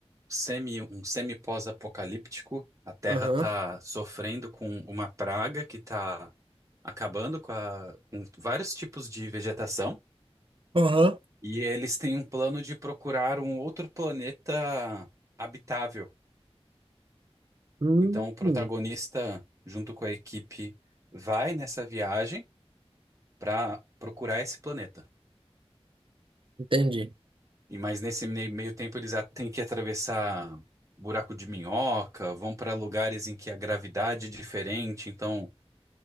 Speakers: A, on the right; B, on the right.
A: semi, um semi-pós-apocalíptico. A Terra
B: Aham.
A: está sofrendo com uma praga que está acabando com, a- com vários tipos de vegetação.
B: Aham.
A: E eles têm um plano de procurar um outro planeta habitável.
B: Hum,
A: Então, o protagonista,
B: hum,
A: junto com a equipe vai nessa viagem para procurar esse planeta.
B: entendi.
A: E mas nesse mei- meio tempo eles a- têm que atravessar buraco de minhoca, vão para lugares em que a gravidade é diferente, então